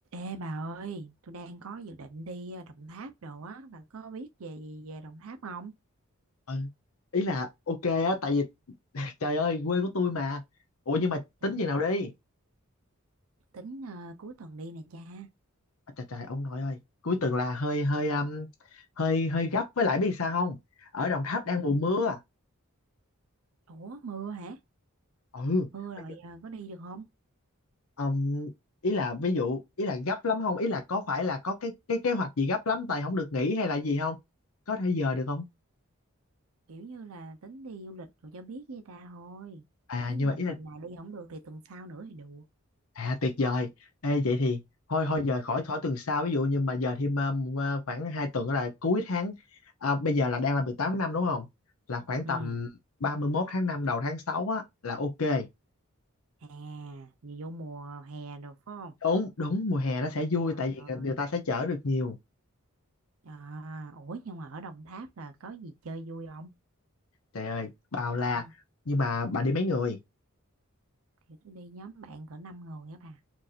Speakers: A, on the right; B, on the left.
A: Ê bà ơi, tôi đang có dự định đi ờ, Đồng Tháp đồ á, bà có biết về gì về Đồng Tháp không?
B: Ừ. Ý là ok á tại vì <laughs> trời ơi quê của tôi mà ủa nhưng mà
A: Trời
B: tính
A: ơi.
B: chừng nào đi
A: Tính ờ, cuối tuần đi nè cha.
B: à, trời trời ông nội ơi cuối tuần là hơi hơi um, hơi hơi gấp với lại biết sao không ở Đồng Tháp
A: Ừ.
B: đang mùa mưa
A: Ủa mưa hả?
B: ừ
A: Mưa rồi
B: bây giờ,
A: ờ, có đi được không?
B: um, ý là ví dụ ý là gấp lắm không ý là có phải là có cái cái kế hoạch gì gấp lắm tại không được nghỉ hay là gì không có thể giờ được không
A: Kiểu như là tính đi du lịch rồi cho biết với ta thôi.
B: à
A: Nếu
B: nhưng
A: như mà
B: mà ý là
A: tuần này đi không được thì tuần sau nữa thì được.
B: À tuyệt vời. Ê vậy thì thôi
A: Ừ.
B: thôi giờ khỏi khỏi tuần sau ví dụ nhưng mà giờ thêm um, à, khoảng 2 tuần là cuối tháng à, bây giờ là đang là 18 tháng 5 đúng không? Là khoảng
A: Ừ.
B: tầm 31 tháng 5 đầu tháng 6 á là ok.
A: À, vì vô mùa hè được phải không?
B: Đúng đúng mùa hè nó sẽ vui
A: Trời
B: tại vì
A: ơi.
B: người ta sẽ chở được nhiều.
A: À, ủa nhưng mà ở Đồng Tháp là có gì chơi vui không?
B: Trời ơi, bao la.
A: Ừ.
B: Nhưng mà bà đi mấy người?
A: Thì tôi đi nhóm bạn cỡ 5 người á bà.